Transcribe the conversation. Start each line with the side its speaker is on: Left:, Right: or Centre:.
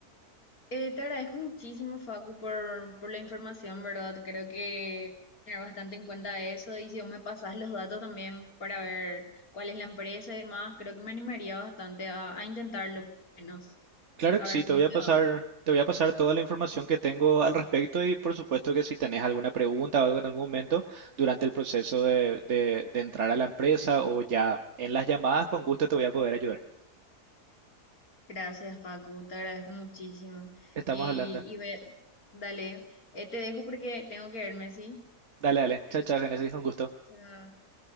Left: Eh, te agradezco muchísimo, Facu, por, por la información, ¿verdad? Creo que tener bastante en cuenta eso y si vos me pasás los datos también para ver cuál es la empresa y demás, creo que me animaría bastante a, a intentarlo, por lo menos,
Right: Claro
Left: a
Right: que sí,
Left: ver
Right: te
Left: cómo
Right: voy
Left: me
Right: a pasar,
Left: va.
Right: te voy a pasar toda la información que tengo al respecto y por supuesto que si tenés alguna pregunta o algo en algún momento durante el proceso de, de, de entrar a la empresa o ya en las llamadas, con gusto te voy a poder ayudar.
Left: Gracias, Facu, te agradezco muchísimo.
Right: Estamos
Left: Y,
Right: hablando.
Left: y ve- dale, eh, te dejo porque tengo que irme, ¿sí?
Right: Dale, dale. Chao, chao, Génesis, un gusto.
Left: Chao.